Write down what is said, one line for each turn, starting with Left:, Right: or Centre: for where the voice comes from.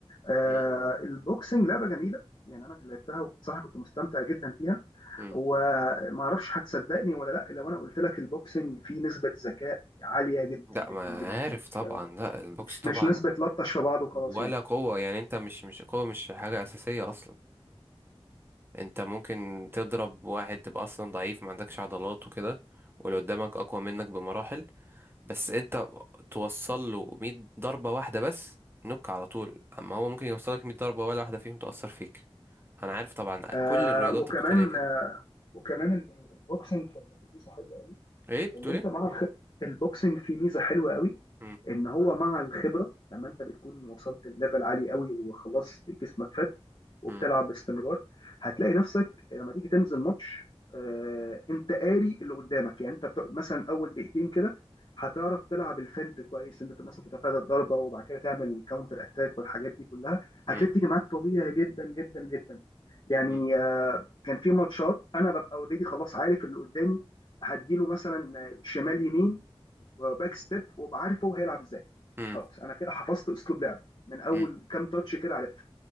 Left: آه
Right: مم.
Left: البوكسنج لعبه جميله يعني انا كنت لعبتها وصراحه كنت مستمتع جدا فيها
Right: مم.
Left: وما اعرفش هتصدقني ولا لا لو انا قلت لك البوكسنج فيه نسبه ذكاء عاليه جدا
Right: لا
Left: جدا
Right: ما
Left: جدا
Right: عارف طبعا
Left: مش
Right: لا البوكس
Left: مش,
Right: طبعا
Left: مش نسبه لطش في بعض وخلاص
Right: ولا
Left: يعني
Right: قوة يعني انت مش مش قوة مش حاجة أساسية أصلا انت ممكن تضرب واحد تبقى أصلا ضعيف ما عندكش عضلات وكده واللي قدامك أقوى منك بمراحل بس انت توصل له 100 ضربة واحدة بس نك على طول أما هو ممكن يوصلك 100 ضربة ولا واحدة فيهم تأثر فيك أنا عارف طبعا
Left: آه
Right: كل الرياضات
Left: وكمان
Right: القتالية كده
Left: آه وكمان ال- البوكسنج في- فيه ميزه حلوه قوي
Right: ايه بتقول
Left: اللي انت
Right: ايه؟
Left: مع الخ... البوكسنج فيه ميزه حلوه قوي
Right: مم،
Left: ان هو مع الخبره لما انت بتكون وصلت لليفل عالي قوي وخلاص جسمك فات وبتلعب
Right: مم،
Left: باستمرار هتلاقي نفسك لما تيجي تنزل ماتش آه، انت قاري اللي قدامك يعني انت بت... مثلا اول دقيقتين كده هتعرف تلعب الفنت كويس انت مثلا تتفادى الضربه وبعد كده تعمل كاونتر اتاك والحاجات دي كلها
Right: مم،
Left: هتلاقي بتيجي معاك طبيعي جدا جدا جدا يعني
Right: مم،
Left: آه، كان في ماتشات انا ببقى اوريدي خلاص عارف اللي قدامي هديله مثلا شمال يمين وباك ستيب وابقى عارف هو هيلعب ازاي
Right: مم،
Left: خلاص انا كده حفظت اسلوب لعبه من اول
Right: مم،
Left: كام تاتش كده عرفت